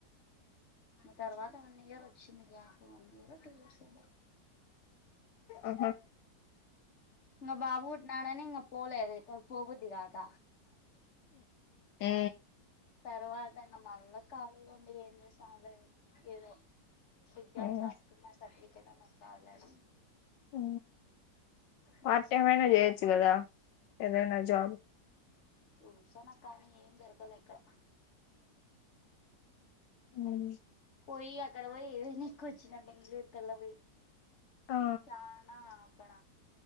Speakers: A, on the left; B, on the left.
A: తర్వాత వన్ ఇయర్ వచ్చింది గ్యాప్ వన్ ఇయరో టూ ఇయర్సో బా
B: అహా
A: ఇంగ బాబు పుట్నాడని ఇంగ పోలే ఎక్కువ పోబుద్ధి కాక
B: ఏ
A: తర్వాత ఇంగ మళ్ళా ఖాళీ ఉండి ఏం చేసాంలే ఏదో ఎగ్జామ్స్
B: ఉమ్
A: రాసుకున్న సర్టిఫికేట్ అన్న వస్తదిలే అని
B: హు పార్ట్
A: మా హస్బెండ్
B: టైమ్ అయినా చేయొచ్చు కదా ఏదైనా జాబ్
A: చూసానక్కా కానీ ఏం దొరకలే ఇక్కడ
B: ఉహ్
A: పోయి అక్కడ పోయి ఏవైనా ఎక్కుకోచ్చినా బెంగళూరు కల్లా పోయి
B: ఆ
A: చాన అక్కడ